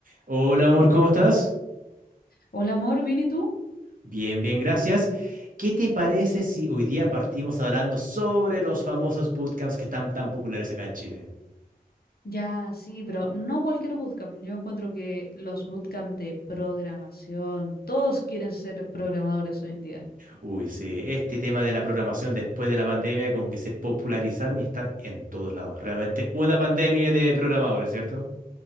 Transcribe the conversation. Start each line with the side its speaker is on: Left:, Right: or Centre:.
Right: Hola amor, ¿cómo estás?
Left: Hola amor, ¿bien y tú?
Right: Bien, bien, gracias. ¿Qué te parece si hoy día partimos hablando sobre los famosos bootcamps que están tan populares acá en Chile?
Left: Ya, sí, pero no cualquier bootcamp. Yo encuentro que los bootcamp de programación, todos quieren ser programadores hoy en día.
Right: Uy, sí, este tema de la programación después de la pandemia como que se popularizaron y están en todos lados. Realmente una pandemia de programadores, ¿cierto?